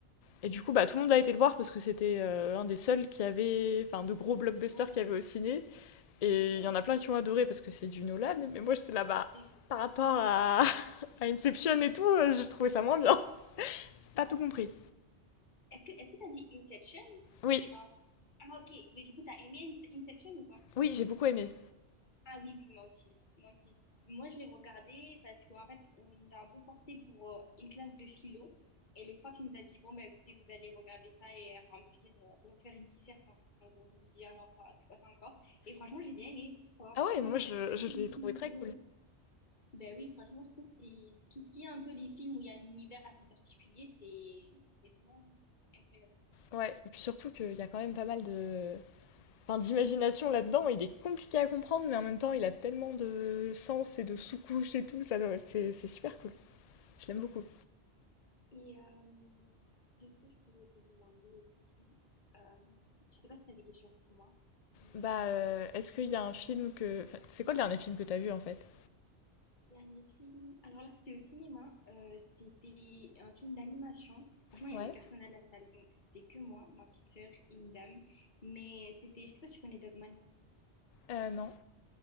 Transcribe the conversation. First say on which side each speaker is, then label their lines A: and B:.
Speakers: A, on the left (about 60°); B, on the left (about 45°).
A: et du coup, bah, tout le monde a été le voir parce que c'était euh, un des seuls qui avait, enfin, de gros blockbusters
B: ouais,
A: qui avait au ciné. Et
B: ouais.
A: il y en a plein qui ont adoré parce que c'est du Nolan. Mais moi, j'étais là-bas
B: Et-
A: par rapport à, à Inception et tout, euh, j'ai trouvé ça moins bien. Pas
B: ah,
A: tout compris.
B: d'accord. Est-ce que, est-ce que t'as dit Inception
A: Oui,
B: ou j'ai mal? Ah, ok, mais du coup, t'as aimé Ince- Inception ou pas?
A: oui, j'ai beaucoup aimé.
B: Ah oui, oui, moi aussi. Moi aussi. Moi, je l'ai regardé parce qu'en fait, on nous a un peu forcé pour euh, une classe de philo. Et le prof, il nous a dit, bon, bah, écoutez, vous allez regarder ça et remplir, euh, bon, faire une disserte. En en gros, je me suis dit, ah non, pas, c'est pas ça encore. Et franchement, j'ai bien aimé. Quoi.
A: Ah
B: Franchement,
A: ouais, moi je,
B: <laughs>
A: je
B: je
A: l'ai
B: me suis
A: trouvé
B: dit,
A: très
B: ouais.
A: cool.
B: ben oui, franchement, je trouve que c'est tout ce qui est un peu les films où il y a un univers assez particulier, c'est honnêtement incroyable.
A: Ouais, et puis surtout qu'il y a quand même pas mal de, enfin, d'imagination là-dedans. Il est compliqué à comprendre, mais en même temps, il a tellement de sens et de sous-couches et tout. Ça, doit- c'est, c'est super cool. Je l'aime beaucoup.
B: Et euh, qu'est-ce que je pourrais te demander aussi? Euh, je sais pas si tu as des questions pour moi. Hum,
A: Bah, euh, est-ce qu'il y a un film que. enfin, c'est quoi le dernier film que t'as vu en fait
B: Dernier film. Alors là, c'était au cinéma. Euh, c'était un film d'animation. Franchement, il
A: Ouais.
B: y avait personne à la salle, donc c'était que moi, ma petite sœur et une dame. Mais c'était, je sais pas si tu connais Dogman.
A: Euh, non.